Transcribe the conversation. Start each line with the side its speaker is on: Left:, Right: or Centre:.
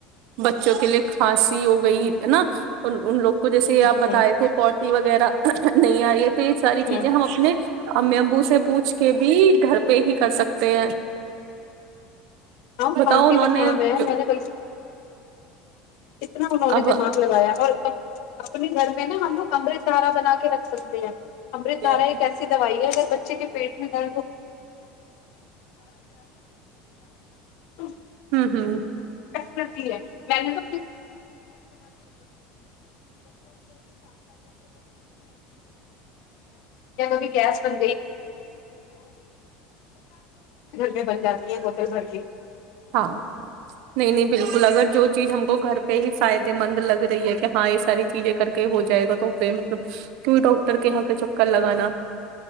Right: بچوں کے لیے کھانسی ہو گئی ہے نا ان ان لوگ کو جیسے آپ بتائے
Left: ہوں
Right: تھے پورٹی وغیرہ نہیں آ رہی ہے تو یہ ساری
Left: ہوں
Right: چیزیں ہم اپنے امی امبو سے پوچھ کے بھی گھر پہ ہی کر سکتے ہیں
Left: ہاں
Right: بتاؤ
Left: خام کی
Right: انہوں
Left: زکام
Right: نے
Left: ہے
Right: جو
Left: میں نے بائی اتنا انہوں نے
Right: اب
Left: دماغ لگایا اور اب اپنے گھر میں نا ہم لگ امرت تارا بنا کے رکھ سکتے ہیں
Right: ہوں
Left: امرت دھارا ایک ایسی دوائی ہے ج بچ <unintelligible>
Right: ہوں ہوں
Left: کرتی ہے میں نے تو <unintelligible> <unintelligible> گیس بن
Right: <inaudible>
Left: میں بن جاتی ہیں بوتل بھر کے
Right: جو چیز ہم کو گھر پہ ہی فائدے مند لگ رہی ہے کہ ہاں یہ ساری چیزیں کر کے ہو جائے گا تو پ مطلب کیئی ڈاکٹر کے یہاں کے چکر لگانا